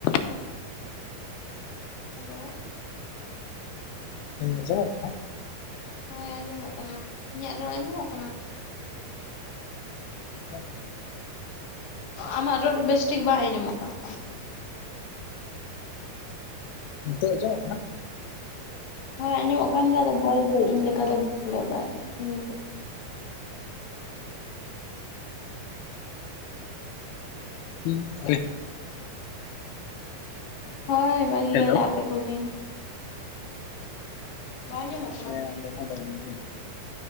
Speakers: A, on the left; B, on the left.
A: ᱦᱮᱞᱳ
B: ᱦᱮᱞᱳ
A: ᱦᱮᱸ ᱟᱸᱡᱚᱢᱚᱜ ᱠᱟᱱᱟ?
B: ᱦᱳᱭ ᱟᱸᱡᱚᱢᱚᱜ ᱠᱟᱱᱟ, ᱤᱧᱟᱜ ᱨᱚᱲ ᱟᱸᱡᱚᱢᱚᱜ ᱠᱟᱱᱟ?
A: <unintelligible>
B: ᱟᱢᱟᱜ ᱨᱚᱲ ᱵᱮᱥ ᱴᱷᱤᱠ ᱵᱟᱭ ᱟᱸᱡᱚᱢᱚᱜ ᱠᱟᱱᱟ᱾
A: ᱱᱤᱛᱚᱜ ᱟᱸᱡᱚᱢᱚᱜ ᱠᱟᱱᱟ?
B: ᱦᱳᱭ ᱟᱸᱡᱚᱢᱚᱜ ᱠᱟᱱ ᱜᱮᱭᱟ ᱟᱫᱚ ᱵᱟᱹᱭ ᱵᱟᱹᱭ ᱤᱧ ᱞᱮᱠᱟ ᱫᱚ ᱵᱚᱞᱮ ᱵᱟᱭ ᱟᱸᱡᱚᱢᱚᱜ ᱠᱟᱱᱟ᱾
A: <unintelligible>
B: ᱦᱳᱭ ᱵᱷᱟᱹᱜᱤ
A: ᱦᱮᱞᱳ
B: ᱜᱮᱭᱟᱞᱮ, ᱟᱯᱮ ᱠᱚᱜᱮ ᱵᱟᱝ ᱟᱸᱡᱚᱢᱚᱜ ᱠᱟᱱᱟ
A: ᱦᱮᱸ ᱟᱞᱮ ᱦᱚᱸ ᱵᱷᱟᱜᱮᱹ ᱜᱮ᱾